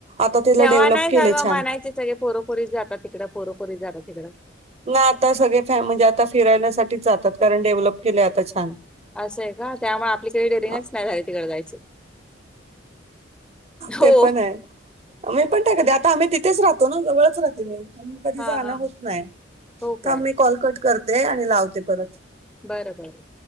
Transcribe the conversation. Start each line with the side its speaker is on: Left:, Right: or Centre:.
Right: आता त्याला
Centre: तेव्हा
Right: डेव्हलप
Centre: नाही
Right: केलेय
Centre: का ग
Right: छान
Centre: म्हणायचे सगळे पोरोपुरी जागा तिकडं पोरोपुरी जागा तिकडं
Right: ना आता सगळे फॅ म्हणजे आता फिरायलासाठीच जातात कारण डेव्हलप केलं आता छान
Centre: असं आहे का त्यामुळे आपली काही डेअरिंगच
Right: अ,
Centre: नाही झाली तिकडे जायच हो
Right: ते पण आहे. मी पण त्या कध आता आम्ही तिथेच राहतो ना जवळच राहते मी. कधी
Centre: हा
Right: जाणं
Centre: हा
Right: होत नाही
Centre: हो काय
Right: थांब मी कॉलकट करते आणि लावते परत.
Centre: बर बर.